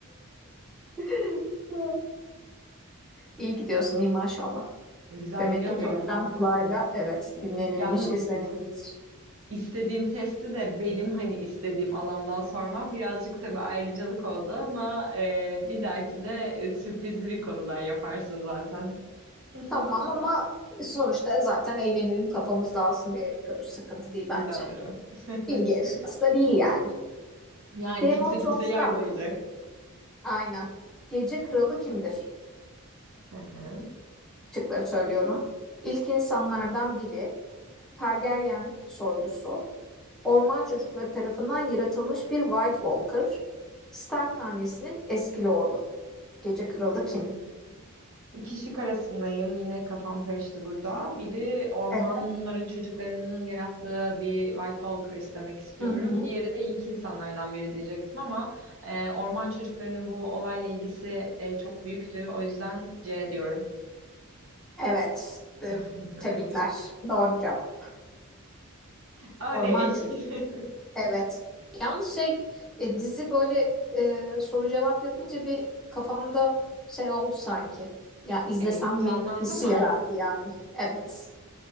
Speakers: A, in the centre; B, on the right.
A: <laughs> İyi gidiyorsun iyi maşallah.
B: Güzel
A: Demek
B: gidiyor
A: ki
B: muyum?
A: Evet. çoktan kulağıyla evet
B: Y-
A: dinlenilmiş,
B: Yalnız
A: izlenilmiş.
B: istediğim testi de benim hani istediğim alandan sormam birazcık tabii ayrıcalık oldu ama e, bir dahakine e, sürprizli bir konudan yaparsın zaten. <laughs>
A: Tamam ama sonuçta zaten eğlenelim kafamız dağılsın diye yapıyoruz. Sıkıntı değil bence.
B: Doğru.
A: Bilgi yarışması
B: <laughs>
A: da değil yani.
B: Yani
A: Game
B: kimse
A: of Thrones'ta
B: kimseyi yargılamayacak.
A: aynen. Gece kralı kimdir?
B: Hı
A: Şıkları söylüyorum. İlk insanlardan biri Targaryen soylusu. Orman çocukları tarafından yaratılmış bir White Walker. Stark hanesinin eski lordu. Gece kralı kim?
B: hı. İki şık arasındayım. Yine kafam karıştı burada. Biri ormanların
A: Evet.
B: çocuklarının yarattığı bir White Walkers demek istiyorum.
A: Hı hı.
B: Diğeri de ilk insanlardan biri diyecektim ama e, orman çocuklarının bu olayla ilgisi e, çok büyüktü. O yüzden C diyorum.
A: Evet. Te-
B: <laughs>
A: Tebrikler. Doğru cevap.
B: Oley.
A: Orman çocuğu.
B: <laughs>
A: Evet. Yalnız şey e, dizi böyle e, soru cevap yapınca bir kafamda şey oldu sanki. Ya izlesem
B: E, canlandı
A: mi hissi
B: mı?
A: yarattı yani. Evet.